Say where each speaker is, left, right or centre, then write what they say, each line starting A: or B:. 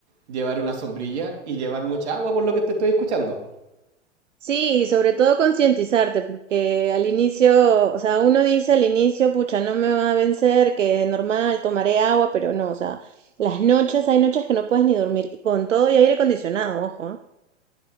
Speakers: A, on the right; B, on the right.
A: llevar una sombrilla y llevar mucha agua, por lo que te estoy escuchando.
B: Sí, y sobre todo concientizarte, porque al inicio, o sea, uno dice al inicio, pucha, no me va a vencer, que normal, tomaré agua, pero no, o sea, las noches, hay noches que no puedes ni dormir, con todo y aire acondicionado, ojo. ¿ah?